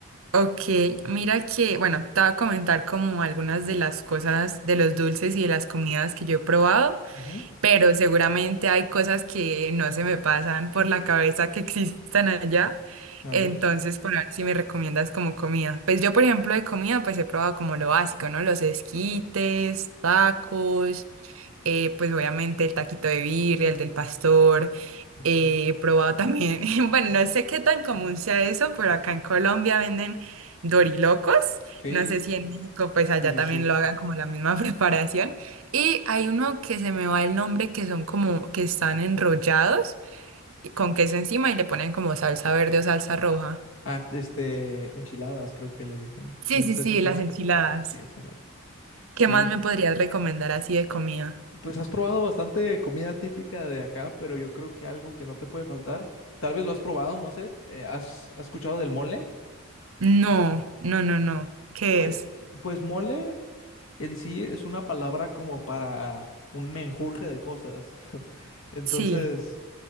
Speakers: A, on the right; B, on the left.
A: Ok, mira que, bueno, te voy a comentar como algunas de las cosas, de los dulces y de las comidas que yo he probado,
B: Ujú,
A: pero seguramente hay cosas que no se me pasan por la cabeza que existan allá.
B: A
A: Entonces,
B: ver.
A: por ver si me recomiendas como comida. Pues yo, por ejemplo, de comida, pues he probado como lo básico, ¿no? Los esquites, tacos, eh, pues obviamente el taquito de birria, el del pastor. eh,
B: Ujú.
A: he probado también, <laughs> bueno, no sé qué tan común sea eso, pero acá en Colombia venden dorilocos.
B: Sí,
A: No sé si en México, pues allá
B: sí, sí,
A: también
B: sí.
A: lo hagan como la misma <laughs> preparación. Y hay uno que se me va el nombre, que son como que están enrollados y- con queso encima y le ponen como salsa verde o salsa roja.
B: Ah, este, enchiladas creo que les dicen.
A: Sí,
B: No
A: sí,
B: sé
A: sí,
B: si son
A: las
B: los que...
A: enchiladas.
B: Sí, esto mero. Sí.
A: ¿Qué más me podrías recomendar así de comida?
B: Pues has probado bastante comida típica de acá, pero yo creo que algo que no te puede faltar, tal vez lo has probado, no sé, eh, ¿has, has escuchado del mole?
A: No, no, no, no. ¿Qué
B: Pues,
A: es?
B: pues mole en sí es una palabra como para un menjurje de cosas. <laughs> Entonces,
A: Sí.